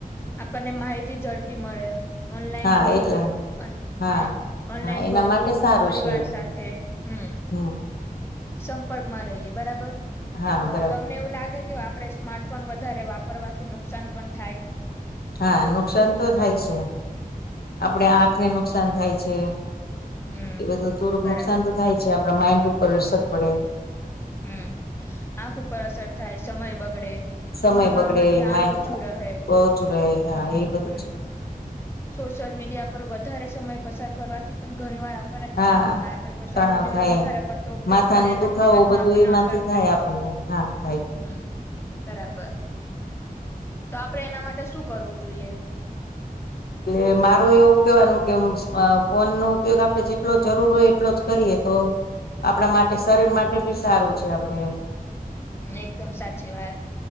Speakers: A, on the left; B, on the left.
A: આપણને માહિતી ઝડપી મળે ઓનલાઈન
B: હા
A: ભણવું
B: એટલે
A: હં
B: હા
A: ઓનલાઈન
B: હા એના
A: ભરવું
B: માટે સારું
A: પરિવાર
B: છે
A: સાથે હમ
B: હમ!
A: સંપર્ક માં રહીએ બરાબર,
B: હા
A: તો
B: બરાબર
A: તમને એવું લાગે કે, આપણે સ્માર્ટફોન વધારે વાપરવાથી નુકસાન પણ થાય?
B: હા નુકસાન તો થાય છે આપડે આંખને
A: ઓકે
B: નુકસાન થાય છે
A: હમ
B: એ બધું થોડુંક
A: બરાબર
B: નુકસાન તો થાય છે આપડા માઈન્ડ ઉપર અસર પડે
A: હમ આંખ ઉપર અસર થાય સમય બગડે
B: સમય
A: ભણવામાં
B: બગડે
A: ધ્યાન
B: માઇન્ડચું
A: ઓછું રહે
B: રહે હા એ બધું
A: હમ સોશિયલ મીડિયા પર વધારે સમય પસાર કરવાથી પણ ઘણી વાર આપણને તણાવ
B: હા
A: થાય આપે સોશિયલ
B: તણાવ
A: મીડિયાનોો
B: થાય
A: વધારે પડતો ઉપયોગ
B: માથા
A: કરીએ
B: ન
A: એટલે
B: દુખાવો
A: મગજમાં
B: બધું
A: આપણને
B: એમાંથી
A: અસર થાય
B: આપણને હા થાય
A: હમ બરાબર તો આપડે એના માટે શું કરવું જોઈએ
B: એટલે મારું એવું કેવાનું કે ફોન નો ઉપયોગ આપડે જેટલો જરૂર હોય એટલો જ કરીએ તો આપણા માટે શરીર માટે ભી સારું છે આપડેમ
A: હ એકદમ સાચી વાત